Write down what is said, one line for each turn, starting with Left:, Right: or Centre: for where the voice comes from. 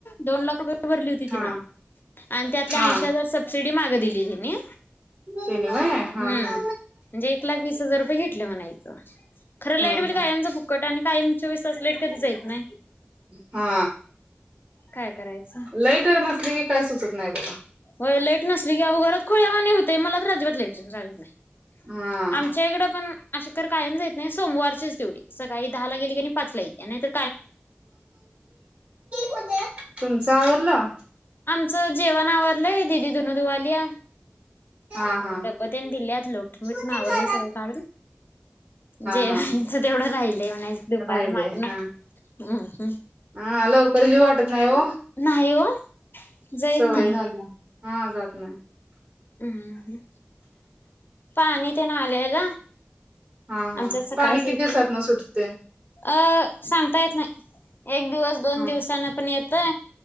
Left: दोन लाख रुपय. <unintelligible> आग
Right: हा
Left: दिल तिन <unintelligible>
Right: हा तेनी व्हय हा
Left: हूं
Right: हा.
Left: म्हणजे एक लाख वीस हजार रुपये घेतले म्हणायचं, खरं लाईट
Right: हम्म
Left: बील
Right: हम्म
Left: कायमच फुक्कट आणि कायमचे विसरले. कधीच येत नाय.
Right: हा.
Left: काय करायचं
Right: लाईट अं नसली की काय सुचत. नाय बाबा.
Left: होय लाईट नसली की अहो घरात खुळ्यावानी होते, मला तर अजिबात लाईट
Right: हा.
Left: आमच्या इकड पण अशा. तर कायम जाईत नाही सोमवारचीच तेवढी, सकाळी दहा ला गेली की मी पाच ला येते. नाही तर
Right: होत <inaudible> तुमच आवरडला
Left: मचं जेवण आवरलंय दीदी धून दुवा लिया.
Right: हा हा
Left: टबतने दिलेत लोटून
Right: हा
Left: बिटून आवरले सगळे काम जेवायचं
Right: हा
Left: तेवढं राहिलं. म्हणा दुपार
Right: राहिले
Left: माग ना.
Right: हा
Left: हं.
Right: हा लवकर जी वाटत. नाही हो
Left: नाही हो जाईत
Right: सवय
Left: नाही
Right: झाल्या. हा जात नाही.
Left: हम्म हं. पाणी तेन आलयं ग.
Right: हा हा
Left: आमच्यात सकाळच
Right: पाणी किती
Left: येतयं
Right: दिवसात
Left: ना
Right: न सुटते
Left: अ सांगता येत नाही. एक दिवस दोन
Right: हा
Left: दिवसाने पण ये ते